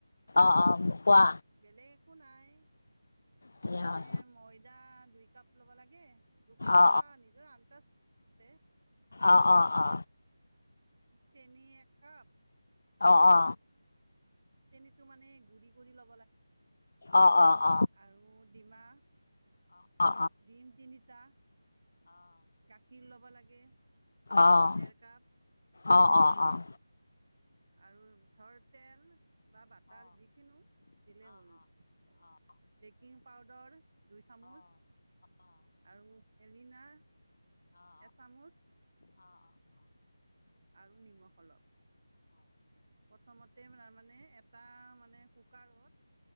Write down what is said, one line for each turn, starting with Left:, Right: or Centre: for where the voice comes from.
Left: অ অ কোৱা
Right: বেলেগ একো নাই
Left: কি
Right: মানে
Left: হয়
Right: ময়দা দুই কাপ ল'ব লাগে দুকাপ
Left: অ
Right: বা নিজৰ আনন্ত মতেে
Left: অ অ অ
Right: চেনি এক কাপ
Left: অ অ
Right: চেনীতটো মানে গুৰি কৰি ল
Left: অ অ অ অ অ অ
Right: আৰু ডমা
Left: অ অ অ
Right: ডিম তিনিটা গাখীৰ লব লাগে
Left: আহ
Right: ডেৰ কাপ
Left: আহ অ আহ
Right: আৰু কাঠৰ তেল বা বাটাৰ যিকিনো দিলেই হ'ল আৰু বেকিং পাউদাৰ দুই চামুচ আৰু ফেলিনা এচামুচ আৰু নিমখ অলপ প্ৰথমতে তাৰ মানে এটা মানে কুকাৰত